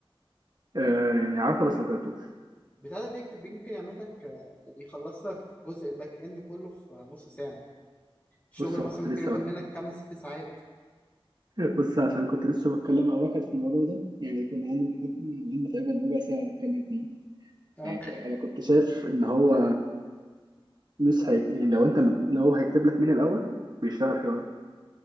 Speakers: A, on the right (about 50°); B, on the left (about 15°).
A: آه يعني عارفه بس ما جربتوش
B: بتاع ده بيكتب يمكن يعمل لك آه، يعني يخلص لك جزء الباك اند كله في نص ساعة الشغل
A: بص هو
B: مثلا
A: كنت
B: ممكن
A: لسه
B: ياخد
A: بك...
B: منك خمس ست ساعات
A: <laughs> بص عشان كنت لسه بتكلم مع واحد في الموضوع ده يعني كنا قعدنا نحب قعدنا تقريبا ربع ساعه نتكلم فيه
B: اه
A: يعني ك- انا كنت شايف ان هو مش هي... يعني لو انت م... لو هو هيكتب لك مين الاول بيشتغل حلو أوي.